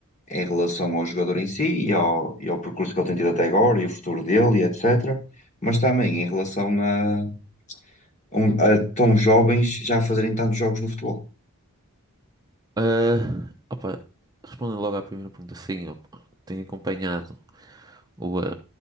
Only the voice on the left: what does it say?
em relação ao jogador em si e ao, e ao percurso que ele tem tido até agora e o futuro dele e etc. Mas também em relação a, a um- a tão jovens já fazerem tantos jogos no futebol.